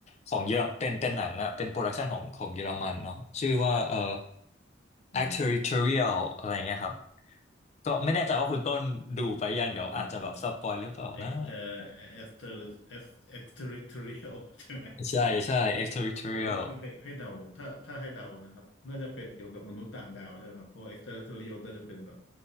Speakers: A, on the left; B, on the left.
A: ของเยอรเป็นเป็นหนังอะเป็นโปรดักชันของของเยอรมันเนาะชื่อว่าเอ่อ
B: อืม
A: Act Territorial อะไรเงี้ยครับก็ไม่แน่ใจว่าคุณต้นดูไปยังเดี๋ยวอาจจะแบบสปอยหรือเปล่านะ
B: เฮ้ยคุณคุณเอ็กเอ่อเอ็กซ์เตอร์เอ็กเอ็กซ์เทอริทเรียล <laughs> ใช่ไหม
A: <laughs> ใช่ใช่ Act Territorial
B: โอ้ให้ให้เดาถ้าถ้าให้เดานะครับน่าจะเป็นเกี่ยวกับมนุษย์ต่างดาวใช่ไหมครับเพราะเอ็กซ์เทอร์เทอรียลน่าจะเป็นแบบ